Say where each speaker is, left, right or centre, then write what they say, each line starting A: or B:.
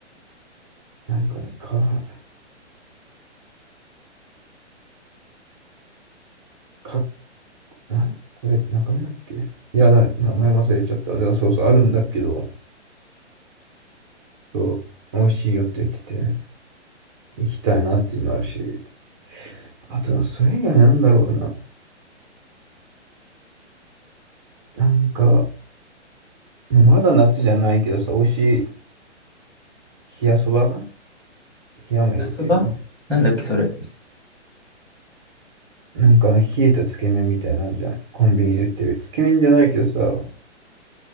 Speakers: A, on the right (about 25°); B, in the centre.
A: なんかね、か、か、なこれ中身だっけいや、な名前忘れちゃった。でもそうそう、あるんだけど、そう、美味しいよって言ってて、行きたいなっていうのあるし、あと、それ以外なんだろうな。なんか、もうまだ夏じゃないけどさ、美味しい冷やそば冷や麺っていうの。
B: 焼きそばなんだっけ、それ。
A: なんかあの冷えたつけ麺みたいなんじゃん。コンビニで売ってる。つけ麺じゃないけどさ、